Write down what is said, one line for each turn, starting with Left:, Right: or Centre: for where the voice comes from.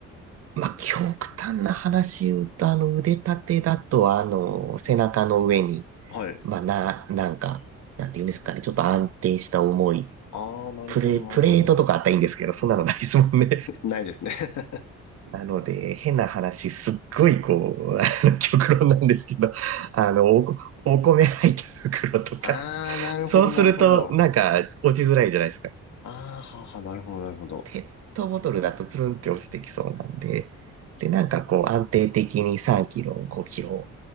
Right: まあ、極端な話言うと、あの、腕立てだと、あの、背中の上に、
Left: はい。
Right: まあ、な、なんか、なんて言うんですかね、ちょっと安定した重い、
Left: ああ、なるほど、
Right: プレ、プレートとかあったらいいんですけど、
Left: なるほど。
Right: そんなのないですもんね。
Left: ないですね。
Right: なので、変な話、すっごいこう、<laughs> あの極論なんですけど、あの、おこ、お米入った袋とか、
Left: <laughs> ああ、なるほど、
Right: そうすると、
Left: なるほど。あ
Right: なんか、落ちづらいじゃないですか。
Left: あ、ははなるほど、なるほど。
Right: ペットボトルだとつるんって落ちてきそうなんで、で、なんかこう、安定的に3キロ、5キロ